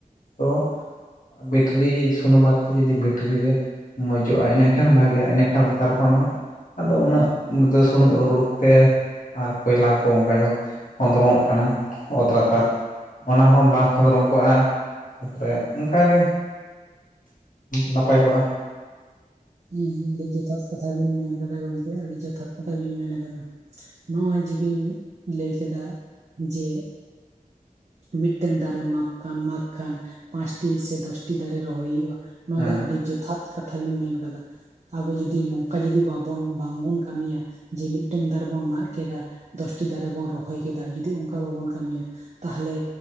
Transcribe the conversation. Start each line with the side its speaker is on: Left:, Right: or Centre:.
Left: ᱛᱚ ᱵᱤᱴᱨᱤ ᱥᱩᱱᱩᱢ ᱵᱟᱫ ᱡᱩᱫᱤ ᱵᱤᱴᱨᱤ ᱜᱮ ᱢᱚᱸᱡᱚᱜ-ᱟ᱾ ᱤᱱᱟᱠᱷᱟᱱ ᱵᱷᱟᱹᱜᱤᱜ-ᱟ᱾ ᱤᱱᱟᱠᱷᱟᱱ ᱞᱟᱛᱟᱨ ᱠᱷᱚᱱ ᱦᱚᱸ ᱟᱫᱚ ᱩᱱᱟᱹᱜ ᱫᱚ ᱥᱩᱱᱩᱢ ᱚᱰᱚᱠ - ᱚᱰᱚᱠ ᱛᱮ ᱟᱨ ᱠᱚᱭᱞᱟ ᱠᱚ ᱚᱱᱠᱟ ᱧᱚᱝ ᱠᱷᱚᱸᱫᱽᱨᱚᱝᱚᱜ ᱠᱟᱱᱟ ᱚᱛ ᱞᱟᱛᱟᱨ ᱚᱱᱟ ᱦᱚᱸ ᱵᱟᱝ ᱠᱷᱚᱸᱫᱽᱨᱚᱢ ᱠᱚᱜ-ᱟ᱾ ᱛᱟᱨᱯᱚᱨᱮ ᱚᱱᱠᱟᱜᱮ ᱱᱟᱯᱟᱭ ᱠᱚᱜ-ᱟ᱾
Right: ᱦᱩᱸ ᱦᱩᱸ ᱟᱹᱰᱤ ᱡᱚᱛᱷᱟᱛ ᱠᱟᱛᱷᱟ ᱵᱤᱱ ᱢᱮᱱ ᱠᱟᱫᱟ ᱜᱚᱝᱠᱮ, ᱟᱹᱰᱤ ᱡᱚᱛᱷᱟᱛ ᱠᱟᱛᱷᱟ ᱵᱤᱱ ᱢᱮᱱ ᱠᱟᱫᱟ᱾ ᱱᱚᱜᱼᱚᱭ ᱡᱤᱵᱤᱧ ᱞᱟᱹᱭ ᱠᱮᱫᱟ ᱡᱮ ᱢᱤᱫᱴᱟᱝ ᱫᱟᱨᱮᱢ ᱢᱟᱜ ᱢᱟᱜ ᱠᱷᱟᱱ ᱯᱟᱸᱪᱴᱤ ᱥᱮ ᱫᱚᱥᱴᱤ ᱫᱟᱨᱮ ᱨᱚᱦᱚᱭ ᱦᱩᱭᱩᱜᱼᱟ᱾ ᱱᱚᱣᱟ
Left: ᱦᱮᱸ
Right: ᱫᱚ ᱟᱹᱰᱤ ᱡᱚᱛᱷᱟᱛ ᱠᱟᱛᱷᱟ ᱵᱤᱱ ᱢᱮᱱ ᱟᱠᱟᱫᱟ᱾ ᱟᱵᱚ ᱡᱩᱫᱤ ᱱᱚᱝᱠᱟ ᱡᱩᱫᱤ ᱵᱟᱵᱚᱱ ᱵᱟᱝᱵᱚᱱ ᱠᱟᱹᱢᱤᱭᱟ ᱡᱮ ᱢᱤᱫᱴᱮᱱ ᱫᱟᱨᱮ ᱵᱚᱱ ᱢᱟᱜ ᱠᱮᱫᱟ ᱫᱚᱥᱴᱤ ᱫᱟᱨᱮ ᱵᱚᱱ ᱨᱚᱦᱚᱭ ᱠᱮᱫᱟ᱾ ᱡᱩᱫᱤ ᱚᱱᱠᱟ ᱵᱟᱵᱚᱱ ᱠᱟᱹᱢᱤᱭᱟ᱾ ᱛᱟᱦᱚᱞᱮ